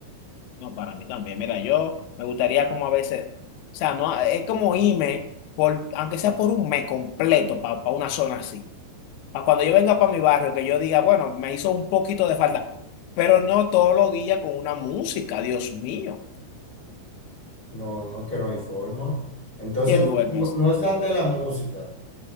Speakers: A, on the left; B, on the left.
A: No, para mí también. Mira, yo me gustaría como a veces, o sea, no, es como irme, por, aunque sea por un mes completo, para una zona así. Para cuando yo venga para mi barrio, que yo diga, bueno, me hizo un poquito de falta, pero no todos los días con una música, Dios mío.
B: No, no, es que no hay forma. Entonces,
A: ¿Quién
B: no,
A: duerme
B: no
A: así?
B: no es tanto la música,